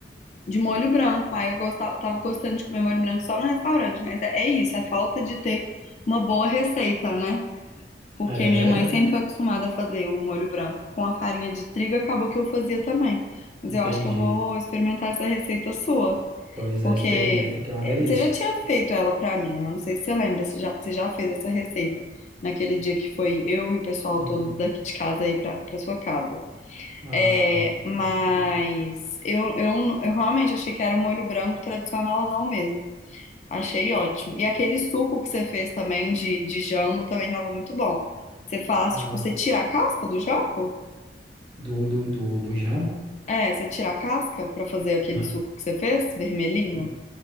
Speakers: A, on the left; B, on the right.
A: de molho branco. Aí eu gostava, tava gostando de comer molho branco só no restaurante. Mas é, é isso, é falta de ter uma boa receita, né? Porque
B: É,
A: minha mãe sempre foi acostumada a fazer o molho branco com a farinha de trigo, acabou que eu fazia também. Mas
B: entendi.
A: eu acho que eu vou experimentar essa receita sua.
B: Pois
A: Porque
B: é, experimenta que é uma
A: eh,
B: delícia.
A: você já tinha feito ela pra mim, né? Não sei se você lembra, você já, você já fez essa receita naquele dia que foi eu e o pessoal
B: Hum,
A: todo daqui de casa aí pra, pra sua casa.
B: ah,
A: É, mas
B: acho que
A: eu, eu, n- eu realmente achei que era um molho branco tradicionalzão mesmo. Achei ótimo. E aquele suco que você fez também de, de jambo também tava muito bom. Você faz,
B: ah,
A: tipo, você tira a casca do jambo?
B: do, do, do, do jambo?
A: É, você tira a casca pra fazer aquele
B: Na-
A: suco que você fez, vermelhinho?
B: n-